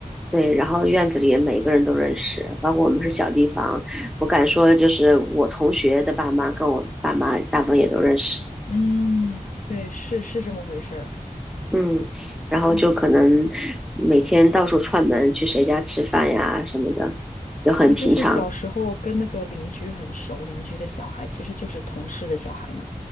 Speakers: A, in the centre; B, on the left.
A: 对，然后院子里每个人都认识，包括我们是小地方，
B: 对，
A: 我敢说就是我同学的爸妈跟我爸妈大部分也都认识。
B: 嗯对，是是这么回事儿。
A: 嗯，然后就可能每天到处串门，
B: 嗯，
A: 去谁家吃饭呀什么的，也很平常。
B: 我就是小时候跟那个邻居很熟，邻居的小孩其实就是同事的小孩嘛，